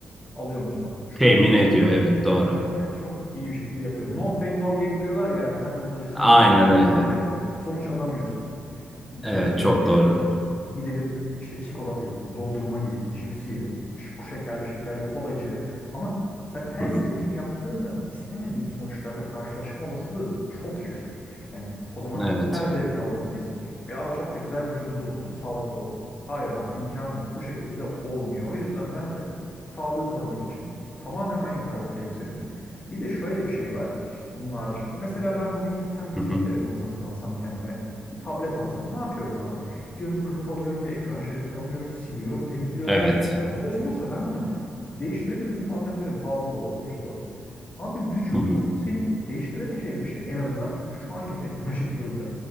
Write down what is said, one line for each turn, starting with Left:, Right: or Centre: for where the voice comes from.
Left: alıyor Mustafa. Çok
Centre: Temin ediyor
Left: haklısın.
Centre: evet doğru.
Left: Yapmak isteyen iş çok iyi bir şekilde yapıyor. No pain no gain diyorlar ya yani sen bunun acısını
Centre: Aynen
Left: çekmiyorsan
Centre: öyle.
Left: abi sonuç alamıyorsun.
Centre: Evet
Left: Yoksa
Centre: çok
Left: biz de istiyoruz.
Centre: doğru.
Left: Gidelim işte çikolata yiyelim, dondurma yiyelim, cips yiyelim, ş- şekerli şekerli kola içelim. Ama sen her
Centre: Hı hı.
Left: istediğini yaptığında istemediğin sonuçlarla karşılaşma olasılığın çok yüksek. Yani o zaman
Centre: Evet.
Left: her zevki alalım biz. <laughs> Ya ama çok da güzel vücudumuz olsun, sağlıklı olalım. Hayır abi imkan yok. Bu şekilde olmuyor. O yüzden ben de sağlığı korumak için tamamen aynı taraftayım seninle. Bir de şöyle bir şey var bunun haricinde. Mesela ben bugün gitsem bir
Centre: Hı
Left: cep
Centre: hı.
Left: telefonu satın alsam kendime. Bir tablet alsam ne yapıyorum abi? Diyorum bir kılıf alıyorum, bir ekran jelatini alıyorum, siliyorum, temizliyorum.
Centre: Evet.
Left: Ya bu bozulursa ben bunu değiştirebilirim değil mi? Atabilirim pahalı da olsa, ucuz da olsa. Abi vücudun
Centre: Hı hı.
Left: senin değiştiremeyeceğin bir şey. En azından şu anki <laughs> teknolojik durumda.